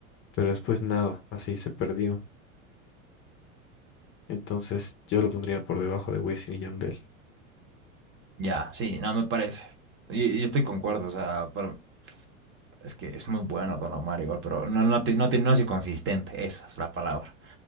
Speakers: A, on the left; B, on the right.
A: pero después nada, así se perdió. Entonces yo lo pondría por debajo de Wisin y Yandel.
B: ya, sí, no me parece. Y, y estoy concuerdo, o sea, pero es que es muy bueno Don Omar igual, pero no, no, te- no, te- no ha sido consistente, esa es la palabra.